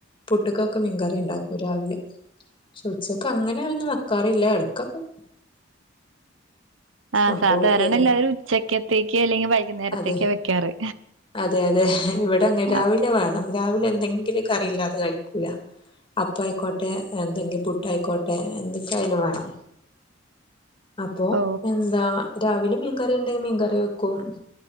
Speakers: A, on the left (about 25°); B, on the right (about 85°).
A: പുട്ടുക്കോക്കെ മീൻകറി ഇണ്ടാക്കൂ രാവിലെ പക്ഷെ ഉച്ചക്ക് അങ്ങനെ ഒന്നു വെക്കാറില്ല ഇടക്കൊക്കെ
B: ആഹ്
A: അപ്പൊ
B: സാധാരണ
A: എ
B: എല്ലാവരും ഉച്ചക്കത്തേക്ക് അല്ലെങ്കി വൈകുന്നേരത്തേക്കെ
A: അതെ
B: വെക്കാറ്
A: അതെ അതെ ഇവിട അങ്ങെ രാവിലെ
B: ആ,
A: വേണം രാവിലെ എന്തെങ്കിലും കറിയില്ലാതെ കഴിക്കൂല അപ്പായിക്കോട്ടെ എന്തെങ്കി പുട്ടായിക്കോട്ടെ എന്തൊക്കെ ആയാലും വേണം അപ്പൊ
B: ഓ
A: എന്താ രാവിലെ മീൻകറി ഉണ്ടെ മീൻകറി വെക്കും